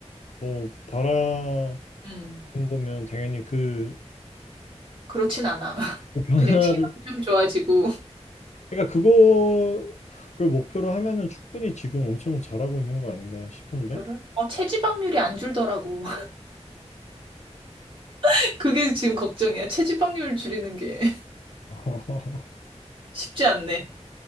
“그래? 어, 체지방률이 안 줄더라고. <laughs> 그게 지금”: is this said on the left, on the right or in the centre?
Right